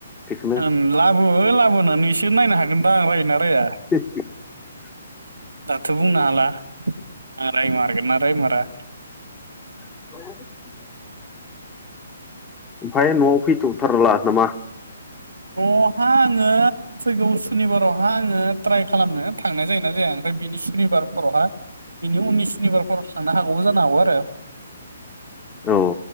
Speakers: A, on the left; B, on the right.
A: बेखौनो
B: औ लाबो लाबोनानैसो नायनो हागोनदा आं रायोना राया
A: <unintelligible>
B: दाथ' बुंनो हाला रायमारगोन ना रायमारा
A: <inaudible> ओमफ्राय न'आव फैथ'थारला नामा
B: न'आवहाय आङो फैगौ सुनिबारावहा आङो ट्राइ खालामनो थांनाय जायो जाया ओमफ्राय बिनि सुनिबारफोरावहाय बिनि उननि सुनिबारफोराव थांनो हागौबो जानो हागौ आरो
A: औ